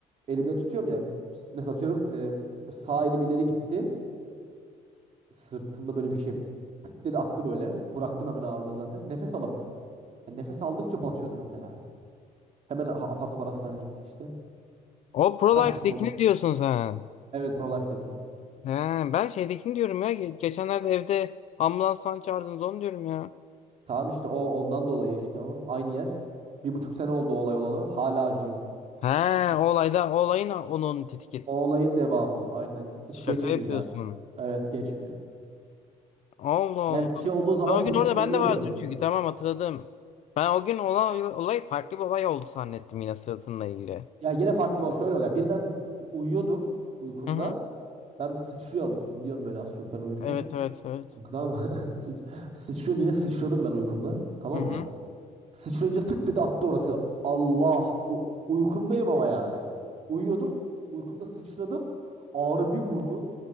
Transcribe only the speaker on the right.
Elimde tutuyorum ya. Mesela atıyorum e, sağ elim ileri gitti. Sırtımda böyle bir şey pıt dedi attı böyle. Bıraktım hemen ağırlığı zaten. Nefes alamıyorum. Yani nefes aldıkça batıyordu mesela. Hemen ha- apar topar hastaneye gittik işte.
Kaç
sene oldu?
Evet Prolife'deki.
Tamam işte o ondan dolayı işte o. Aynı yer. Bir buçuk sene oldu o olay olalı. Hala acıyor.
İkisi,
o olayın devamı o. Aynen. Hiç
geçmiyor
yani. Evet geçmiyor.
Yani bir şey olduğu zaman
tetikleniyor
böyle.
Ya yine farklı bir şöyle oluyor. Birden uyuyordum uykumda.
Ben bir sıçrıyorum. Biliyorum böyle az çok ben uyurken.
Tamam mı? <laughs> Sıç- Sıçrıyorum yine sıçradım ben uykumda. Tamam
mı? Sıçrayınca tık dedi attı orası. Allah! U- uykumdayım ama yani. Uyuyordum. Uykumda sıçradım. Ağrı bir vurdu.